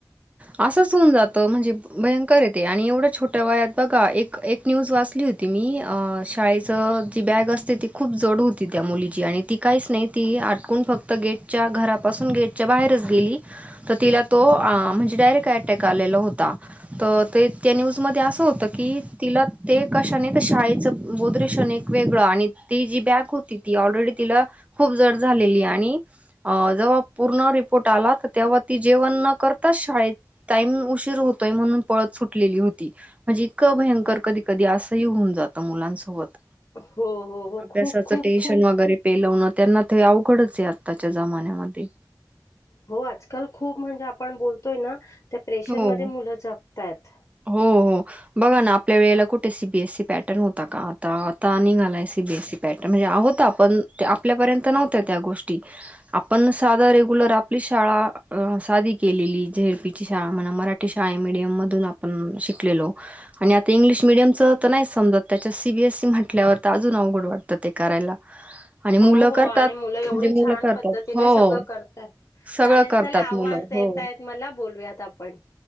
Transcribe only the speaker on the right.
असंच होऊन जात म्हणजे भयंकर येते आणि एवढ्या छोट्या वयात बघा एक एक न्यूज वाचली मी शाळेच जी बॅग असते ती खूप जड होती त्या मुलीची आणि ती काहीच नाही ती फक्त गट घ ग बाहेर गे तिला तो अ त क शाे वे त जी ब होती त ऑलरेडी ति पर््हा जेव उशी होतय म्हण पत सुटली होती म्हणजे इतकं भ कधी कधी होऊन जात मुलांसोबत
अभ्यासाच
टेन्शन
वगैरे पेलव त्यांना ते अवघडच आहे आत्ताच्या जमान्यामध्ये
हो.
हो हो बघा ना आपल्या वेळेला कुठे सीबीएस सी पॅटर्न होता का आता आता निघालाय सीबीएस सी पॅटर्न म्हणजे आहोत आपण आपल्यापर्यंत नव्हत्या त्या गोष्टी आपण साध रेग्युलर आपली शाळा अ सादी केलेली झेर पी शाळा म्हणा मराठी शाळा मिडीयम मधून आपण शिकलेलोआणि आता इंग्लिश मिडीयमच तर नाहीच समजा त्याच्या सीबीएसई म्हटल्यावर तर अजून अवघड वाटतं ते करायला आणि
मुलं
करतात
म्हणजे मुलं
करतात
हो
सगळं
करतात
मुलं
हो